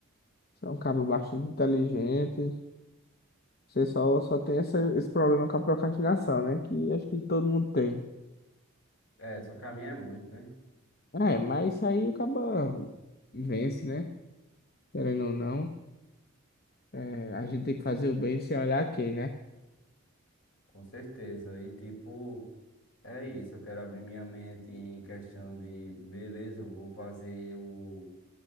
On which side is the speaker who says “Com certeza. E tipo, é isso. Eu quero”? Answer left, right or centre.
Left